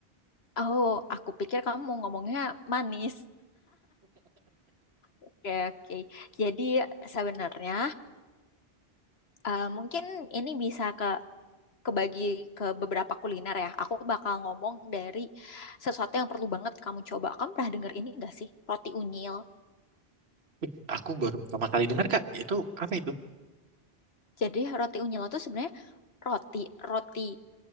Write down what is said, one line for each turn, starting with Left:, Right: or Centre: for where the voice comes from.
Left: Oh, aku pikir kamu mau ngomongnya manis. Oke, oke. Jadi sebenarnya eh, mungkin ini bisa ke kebagi ke beberapa kuliner ya. Aku bakal ngomong dari sesuatu yang perlu banget kamu coba. Kamu pernah denger ini gak sih? Roti unyil.
Right: Ih, Aku baru pertama kali dengar Kak, itu apa itu?
Left: Jadi roti unyil itu sebenarnya roti, roti,